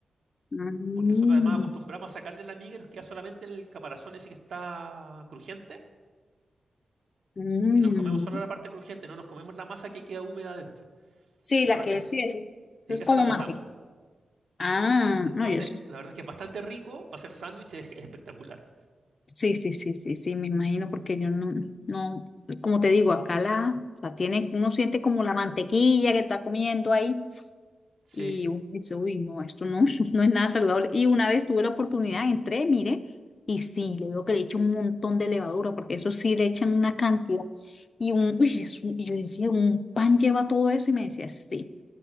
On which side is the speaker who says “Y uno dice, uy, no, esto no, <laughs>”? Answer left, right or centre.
Left